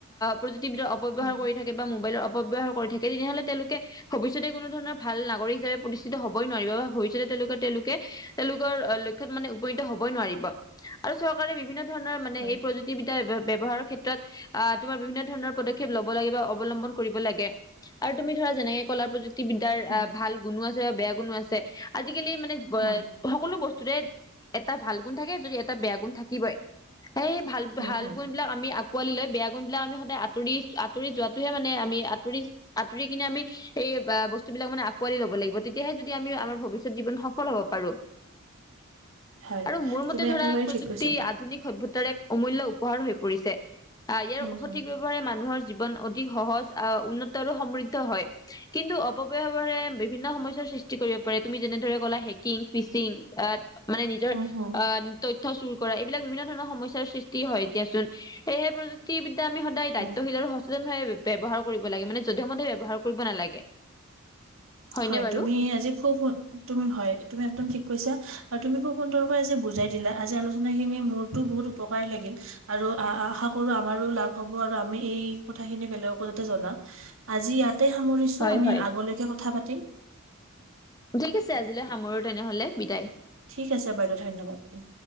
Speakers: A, on the left (about 15°); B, on the right (about 70°).
A: প্ৰযুক্তিবিদ্যাৰ অপব্যৱহাৰ
B: উম
A: কৰি থাকে বা মোবাইলৰ অপ অপব্যৱহাৰ কৰি থাকে তেনেহলে তেওঁলোকে ভবিষ্যতে কোনো ধৰণৰ ভাল নাগৰিক হিচাপে প্ৰতিষ্ঠ হবই নোৱাৰিব বা ভৱিষ্যতে লোক তেওঁলোকে তেওঁলোকৰ লক্ষত মানে উপনীত হ'বই নোৱাৰিব। আৰু চৰকাৰে বিভিন্ন ধৰণৰ মানে
B: হয়
A: এই প্ৰযুক্তিবিদা ব্যৱহাৰৰ ক্ষেত্ৰত আহ তোমাৰ বিভিন্ন ধৰণৰ পদক্ষেপ লব লাগে বা অৱলম্বন কৰিব লাগে আৰু তুমি ধৰা যেনেকে কলা প্ৰযুক্তি ক্ত বিদ্যাৰ
B: উম হয়
A: আহ
B: উম
A: ভাল গুণো আছে বা বেয়া গুণো আছে আজিকালি মানে
B: উম
A: সকলো বস্তু য এটা ভাল গুণ থাকে যদি এটা বেয়া গুণ থাকিবই। সেই ভাল
B: উম
A: ভাল
B: হম
A: গুণ বিলাক আমি আকোৱালি লৈ বেয়া গুণ বিলাক আমি সদায় আঁতৰি আঁতৰি যোৱাত টোহে মানে আমি আঁতৰি আতৰি কিনে আমি সেই বস্তুবিলাক মানে আকোৱালি লাগ তেতিয়াহে যদি আমি আমাৰ ভৱিষ্যত জীৱন সফ হব প পাৰো।
B: <inaudible> হয়
A: আৰু মোৰ মতে
B: তুমি
A: ধৰা
B: একেবাৰে
A: প্ৰযুক্তি
B: ঠিক কৈছা
A: আধুনিক সভ্যতা এক অমূল্য উপহাৰ হৈ পৰিছে আহ ইয়াৰ
B: উম
A: সঠিক
B: হম
A: ব্যৱহাৰে মানুহৰ জীৱন অধিক সহজ আহ উন্নত আৰু সমৃদ্ধ হয়। কিন্তু অপবয়ৰে বিভিন্ন সমস্যাৰ সৃষ্ট কৰিব পাৰে তুমি যেনেদৰে ক'লা হেকিং ফিচিং মানে নিজৰ
B: উম হম
A: আহ তথ্য চুৰ কৰা এইবিলাক বিভিন্ন ধৰণৰ সমস্যাৰ সৃষ্টি হয় দিয়াচোন। সেয়েহেযুক্তিবিদা আমি সদায়
B: হয়
A: দায়িত্বশীল আৰু সচেতন ভাৱে ব্যৱহাৰ কৰিব লাগে, মানে মোৰ মতে ব্যৱহাৰ কৰিব নালাগে। হয়নে
B: হয়
A: বাৰু?
B: তুমি আজি খুব তুমি হয়। তুমি একদম ঠিক কৈছ আৰু তুমিো সুন্দৰকৈজি বুজাই দিলা আজি আলোচনা খিনি মোৰতো বহুত উপকাৰী লাগে। আৰু আশা কৰো আমাৰো লাভ হব আৰু আমি এই কথা খিনি বেলেগকো যাতে জনাওঁ। আজি ইয়াত তে সামৰিছো,
A: হয়
B: আমি
A: হয়।
B: আগলৈকে কথা পাতিম।
A: ঠিক আছে আজিলৈ সামৰো। তেনেহলে বিদায়।
B: ঠিক আছে বাৰু ধন্যবাদ